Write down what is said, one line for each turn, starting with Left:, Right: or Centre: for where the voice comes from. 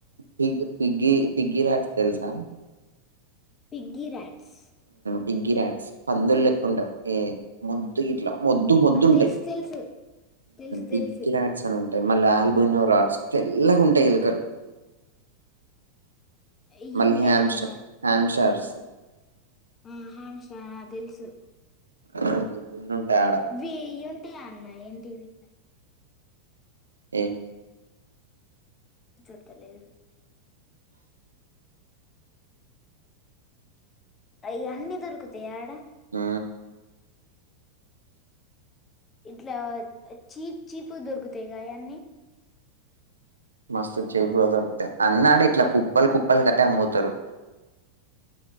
Right: పిగ్ పిగి పిగి రాట్స్ తెలుసా
Left: పిగ్గిీ రాట్స్
Right: బిగ్గి రాట్స్ పందులెక్కుండవ్ ఏ మొద్దు ఇట్లా మొద్దు మొద్దు ఉంటయి
Left: తెలుసు తెలుసు తెలుసు తెలుసు
Right: బిగ్గి రాట్స్ అని ఉంటా మళ్ళ ఆల్బోనో రాట్స్ తెల్లగా ఉంటయి ఎలుకలు
Left: ఇవి
Right: మళ్ళీ
Left: ఉంటాయి
Right: హ్యామ్స్
Left: అన్న
Right: హాంస్టర్స్ <inaudible>
Left: ఆ హాంస ఆ తెలుసు
Right: అన్ని ఉంటాయి ఆడ
Left: వేయుంటాయా అన్న ఏంటివి
Right: ఏం
Left: సత్తలేదు అయ్యాన్ని దొరుకుతాయా ఆడ
Right: ఆ
Left: ఇట్లా చీప్ చీపుగ దొరుకుతయుగా అయ్యన్నీ
Right: మస్తు చీప్గా దొరుకుతాయి అన్ని ఆడ ఇట్లా కుప్పలు కుప్పల్ గట్టి అమ్ముతరు